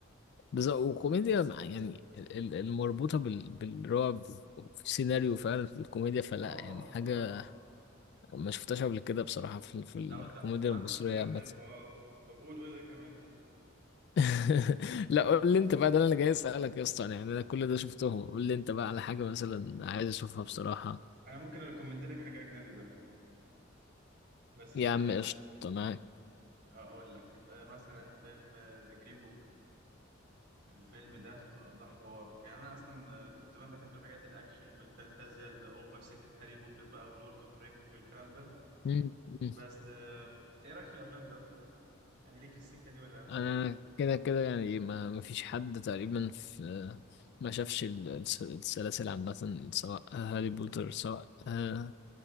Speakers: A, on the left (about 55°); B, on the right (about 55°).
A: بالظبط وكوميديا مع- يعني ال- ال- المربوطة بال- بالرعب وفي سيناريو فعلا في الكوميديا فلا
B: اه
A: يعني حاجة
B: اه
A: ما شفتهاش قبل كده بصراحة في, في الكوميديا
B: لو انت عندك
A: المصرية
B: افكار
A: عامة
B: حلوة اه طب قول قول ايه كمان مثلا
A: <laughs> لا قول لي انت بقى ده اللي انا جاي اسألك يا اسطى انا يعني انا كل ده شفتهم قول لي انت بقى على حاجة مثلا عايز اشوفها بصراحة
B: انا ممكن اريكومند لك حاجة اجنبي بقى بس
A: يا
B: آه،
A: عم قشطة معاك
B: اقول لك آه، مثلا فيلم ذا جرين بوك الفيلم ده ده حوار يعني انا اصلا آه، كنت زمان بحب الحاجات الاكشن والفانتازيا الاوفر سكة هاري بوتر بقى ولورد اوف رينجز والكلام ده
A: مم. مم.
B: بس آه، ايه رايك في الافلام دي اصلا يعني ليك في السكة دي ولا مش
A: انا
B: قوي
A: كده كده يعني ما ما فيش حد تقريبا في ما شافش ال- الس- السلاسل عامة سواء هاري بوتر سواء آه،